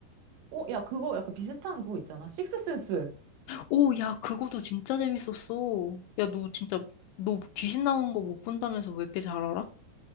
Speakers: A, on the right; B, on the left.
A: 어, 야, 그거 약간 비슷한 그거 있잖아. 식스센스.
B: 오, 야, 그거도 진짜 재밌었어. 야, 너 진짜 너 귀신 나오는 거 못 본다면서 왜 이렇게 잘 알아?